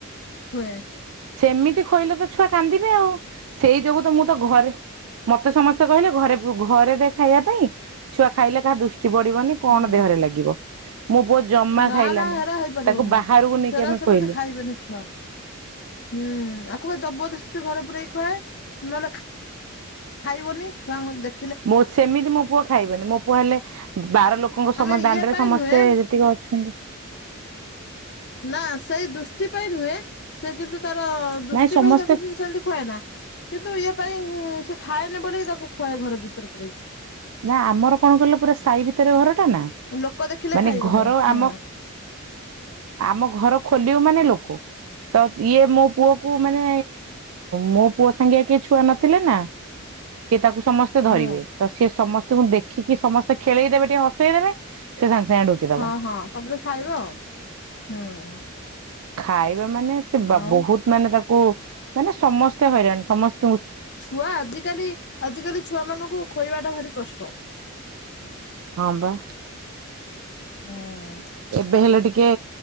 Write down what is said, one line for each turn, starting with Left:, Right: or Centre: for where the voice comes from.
Left: ହୁଁ।
Right: ସେମିତି ଖୋଇଲେ ତ ଛୁଆ କାନ୍ଦିବେ ଆଉ ସେଇ ଯୋଗୁ ତ ମୁଁ ତ ଘରେ ମତେ। ତ ସମସ୍ତେ କହିଲେ ଘରେ ଘରେ ଦେ ଖାଇବା ପାଇଁ ଛୁଆ ଖାଇଲେ କାହା ଦୁଷ୍ଟ। ପଡିବନି କଣ
Left: ହୁଁ
Right: ଦେହରେ ଲାଗିବ। ମୋ ପୁଅ ଜମା
Left: ନା
Right: ଖାଇଲାନି
Left: ନା ହେରା ହେଇପାରିବନି।
Right: ତାକୁ ବାହାରକୁ ନେଇକି
Left: ସେରା
Right: ଆମେ
Left: ସେମିତି
Right: କହିଲୁ।
Left: ଖାଇବେନି ଛୁଆ ହୁଁ। ଖୁଆ ଜବରଦସ୍ତି ଘରେ ପୁରେଇକି ଖୁଆଏ। ନହେଲେ ଖାଇବନି ଛୁଆଙ୍କୁ ଦେଖ।
Right: ମୁଁ ସେମିତି ମୋ ପୁଅ ଖାଇବନି ମୋ। କ ହେଲେ ବାର ଲୋକ। ଲୋକଙ୍କ
Left: ମାନେ
Right: ସମ ଦାଣ୍ଡରେ
Left: ଇଏ ପାଇଁ
Right: ସମସ୍ତେ
Left: ନୁହେଁ
Right: ଯେତିକି ଅଛନ୍ତି।
Left: ନା ସେଇ ଦୃଷ୍ଟି ପାଇଁ ନୁହେଁ ସେ କିନ୍ତୁ। ତାର ଦୃଷ୍ଟି
Right: ନାଇଁ ସମସ୍ତେ
Left: ପାଇଁ ତାକୁ ସେମିତି କୁହ ନା କିନ୍ତୁ ଇଏ। ସେ ପାଇଁ ସେ ଖାଏନି ବୋକି ତାକୁ ଖୁଆଏ ଘରେ ଭିତରେ ପାଇକି।
Right: ନା ଆମର କଣ କିଲ ପୁରା ସାହି ଭିତରେ ଘର ଟା ନା
Left: ଲୋକ ଦେଖିଲେ
Right: ମାନେ
Left: ଖାଇବନି
Right: ଘର
Left: ହୁଁ
Right: ଆମ। ଆମ ଘର ଖୋଲିବ ମାନେ ଲୋକ ତ ଇଏ ମୋ ପୁଅକୁ ମାନେ ମୋ ପୁଅ ସାଙ୍ଗେଆ କିଏ ଛୁଆ ନଥିଲେ ନା। ତାକୁ ସମସ୍ତେ
Left: ହୁଁ
Right: ଧରିବେ ତ ସେ। ସମସ୍ତଙ୍କୁ ଦେଖିକି ସମସ୍ତେ ଖେଳେଇ ଦେବେ ଟିକେ ହସେଇ ଦେବେ। ସେ ସାଙ୍ଗେ ସାଙ୍ଗେ ଢୋକିଦବ
Left: ହଁ ହଁ ତମେ ତ ଖାଇବ ଆଉ ହୁଁ।
Right: ଖାଇ ମାନେ ସେ
Left: ଆଉ
Right: ବହୁତ ମାନେ ତାକୁ ମାନେ ସମସ୍ତେ ହଇରାଣ ସମସ୍ତେ
Left: ଛୁଆ ଆଜିକାଲି ଆଜିକାଲି ଛୁଆ ମାନଙ୍କୁ ଖୋଇବା ଟା ଭାରି କଷ୍ଟ। <inaudible>
Right: ହଁ ବା
Left: ହଁ।
Right: ଏବେ ହେଲେ ଟିକେ